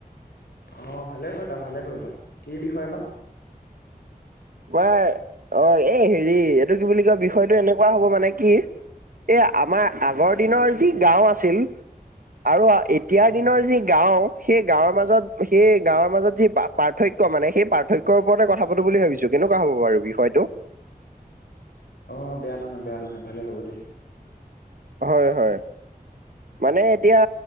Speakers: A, on the left; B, on the right.
A: অ, ভালে কথা ভালে কৰিলা কি বিষয় বা?
B: কোৱাৰ অ, এই হেৰি এইটো কি বুলি কয় বিষয়টো এনেকুৱা হ'ব মানে কি এ আমাৰ আগৰ দিনৰ যি গাওঁ আছিল আৰু এতিয়াৰ
A: হয়
B: দিনৰ
A: হয়
B: যি গাঁও, সেই গাঁৱৰ মাজত- সেই গাঁৱৰ মাজত যি পাৰ্থক্য মানে সেই পাৰ্থক্যৰ ওপৰতে কথা পাতো বুলি ভাবিছোঁ। কেনেকুৱা হ'ব বাৰু বিষয়টো?
A: অ, বেয়া নহয়- বেয়া নহয় ভালেই হ'ব দে।
B: হয়-হয় মানে এতিয়া